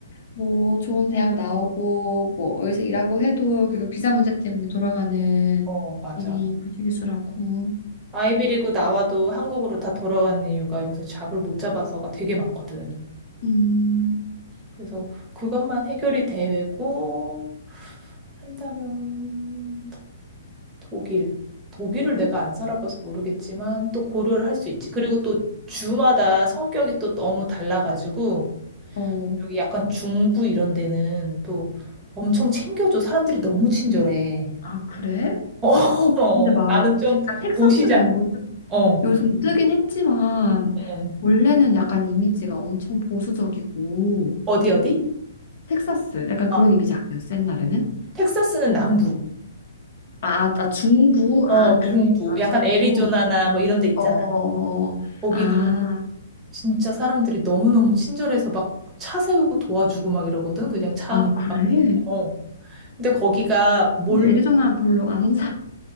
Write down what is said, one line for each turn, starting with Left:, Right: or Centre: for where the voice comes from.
Left: 뭐 좋은 대학 나오고, 뭐 어디서 일하고 해도 결국 비자 문제 때문에 돌아가는
Right: 어, 맞아.
Left: 일이 부지기수라고.
Right: 아이비리그 나와도 한국으로 다 돌아가는 이유가 여기서 잡을 못 잡아서가 되게 많거든.
Left: 음,
Right: 그래서 그것만 해결이 되고 한다면 독일. 독일을 내가 안 살아봐서 모르겠지만 또 고려를 할 수 있지. 그리고 또 주마다 성격이 또 너무 달라가지고
Left: 어.
Right: 여기 약간 중부 이런 데는 또 엄청 챙겨줘. 사람들이 너무 친절해.
Left: 아, 그래?
Right: 어, <laughs>
Left: 어,
Right: 어,
Left: 근데 막,
Right: 나는 좀
Left: 약간 텍사스가
Right: 도시자.
Left: 요즘,
Right: 어,
Left: 요즘 뜨긴 했지만,
Right: 어.
Left: 원래는 약간 이미지가 엄청 보수적이고,
Right: 어디 어디?
Left: 텍사스, 약간
Right: 아,
Left: 그런 이미지 아니었어, 옛날에는?
Right: 텍사스는 남부.
Left: 아, 아, 아, 중부,
Right: 어,
Left: 아,
Right: 중부.
Left: 그, 아,
Right: 약간
Left: 중부.
Right: 애리조나나 뭐 이런 데 있잖아.
Left: 어, 어, 어.
Right: 거기는
Left: 아,
Right: 진짜 사람들이 너무너무 친절해서 막 차 세우고 도와주고 막 이러거든. 그냥 차
Left: 아,
Right: 그냥
Left: 그래?
Right: 가만히. 있고. 근데 거기가 몰,
Left: 근데 애리조나 별로 안 사,